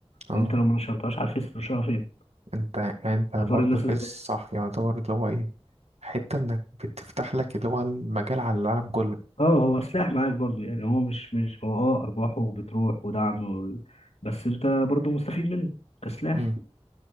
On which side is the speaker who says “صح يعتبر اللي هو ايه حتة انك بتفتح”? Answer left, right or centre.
Right